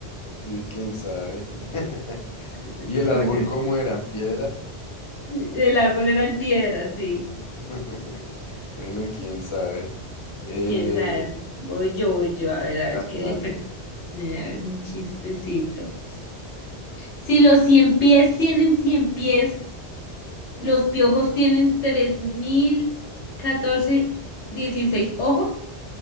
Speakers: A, on the left; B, on the left.
A: Sí, quién sabe. <laughs>
B: <laughs>
A: ¿Y el árbol cómo era? ¿En piedra?
B: El árbol era en piedra, sí.
A: <laughs> Bueno, quién sabe. Eh,
B: Quién sabe. Voy yo, voy yo, a ver, a
A: dale,
B: ver qué
A: dale.
B: le pre... a ver, un chistecito. Si los cien pies tienen cien pies, Los piojos tienen 3.014, 16 ojos.